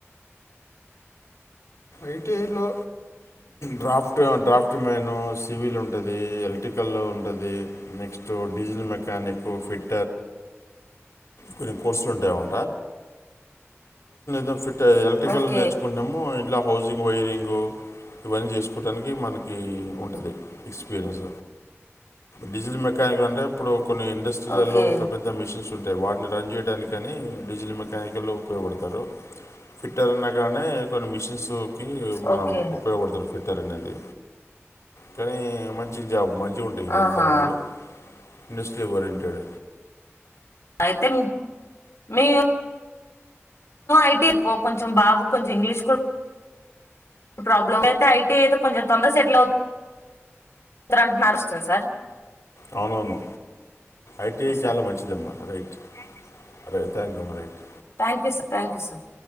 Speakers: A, on the left (about 85°); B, on the left (about 65°).
A: ఐటిఐలో డ్రాఫ్ట్ డ్రాఫ్ట్ మేన్ సివిల్ ఉంటుంది ఉంటది ఎలక్ట్రికల్ ఉంటది నెక్స్ట్ డీజిల్ మెకానిక్ ఫిర్ కొన్ని కోర్సులుంటాయ మా ద ఫిట్ ఎలక్ట్రికల్
B: ఓకే
A: నేర్చుకున్నాము ఇట్లా వైరింగు ఇవన్నీ చేసుకోవటానికి మనకి ఉంటుంది ఎక్స్పీరియన్స్ డజిల్ మెకానిక్ అంటే ఇప్పుడు కొన్ని ఇండస్ట్రీలలో
B: ఓకే
A: పెద్ద పెద్ద మిషన్స్ ఉంటాయి వాటిని రన్ చేయడానికి కానీ డీజిల్ మెకానికల్ ఉపయోగపడతారు ఫిట్టర్ అ కా కొ మిష వస్తువుకి మనం
B: ఓకే
A: ఉపయోగపడతం ఫిట్టర్ అనేది కానీ మంచి జాబ్ మంచిగా ఉంటాయి ఇవన్నీ
B: ఆహా
A: జాబ్లో ఇండస్టలీ ఓరియంటెడ్
B: అయితే మీ ఐటీ ఎక్కో కొంచెం బాగు కొంచెం ఇంగ్లీష్ కూడా ప్రాబ్లం ఐయితే కొంచం తొందర సెటిల్ అవుతు అంటున్నారు వ సార్
A: అవునవును ఐటీ
B: ఓకే సార్
A: చాలా మంచిదమ్మా రైట్ అరే థ్యాంక్ మా right
B: thank you sir thank you sir